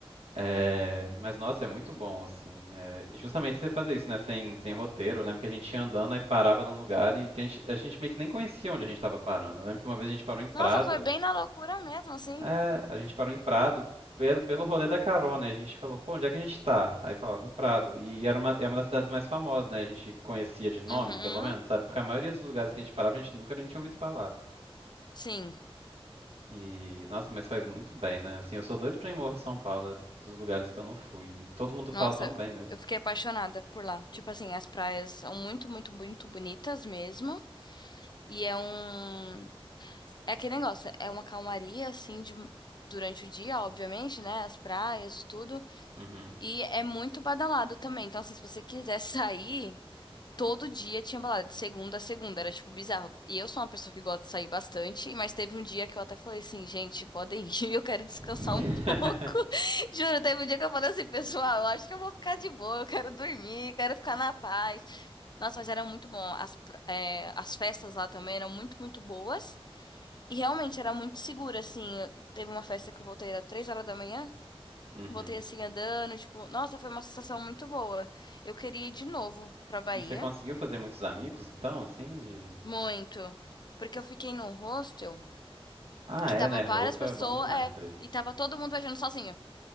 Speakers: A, on the right; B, on the left.
A: É, mas nossa, é muito bom, assim. é, e justamente você fazer isso, né? Sem, sem roteiro. Eu lembro que a gente ia andando e parava num lugar e que a gente, a gente meio que nem conhecia onde a gente estava parando. Eu lembro que uma vez a gente parou em Prado.
B: Nossa, foi bem na loucura mesmo, assim.
A: É, a gente parou em Prado pelo, pelo rolê da carona. E a gente falou, pô, onde é que a gente tá? Aí falaram Prado. E, e era uma, é uma das cidades mais famosas, né? A gente conhecia de nome,
B: Uhum.
A: pelo menos, sabe? Porque a maioria dos lugares que a gente parava, a gente nunca nem tinha ouvido falar.
B: Sim.
A: E, nossa, mas faz muito bem, né? Assim, eu sou doido pra ir Morro de São Paulo, é dos lugares que eu não fui. E todo mundo
B: Nossa,
A: fala tão bem mesmo.
B: eu fiquei apaixonada por lá. Tipo assim, as praias são muito, muito, muito bonitas mesmo. E é um. É aquele negócio, é uma calmaria, assim, de... durante o dia, obviamente, né? As praias e tudo.
A: Uhum.
B: E é muito badalado também. Então, assim, se você quiser <laughs> sair. Todo dia tinha balada, de segunda a segunda, era tipo bizarro. E eu sou uma pessoa que gosta de sair bastante, mas teve um dia que eu até falei assim, gente, podem ir, <laughs> eu quero descansar
A: <laughs>
B: um pouco. <laughs> Juro, teve um dia que eu falei assim, pessoal, eu acho que eu vou ficar de boa, eu quero dormir, quero ficar na paz. Nossa, mas era muito bom. As, pr- é, as festas lá também eram muito, muito boas. E realmente era muito segura, assim. Eu- Teve uma festa que eu voltei, era três horas da manhã,
A: Uhum.
B: voltei assim andando, tipo, nossa, foi uma sensação muito boa. Eu queria ir de novo pra Bahia.
A: E você conseguiu fazer muitos amigos, então, assim, de...
B: Muito. Porque eu fiquei num hostel
A: Ah,
B: que
A: é,
B: tava
A: né? Hostel
B: várias pessoas,
A: é bom demais
B: é,
A: pra isso.
B: e tava todo mundo viajando sozinho.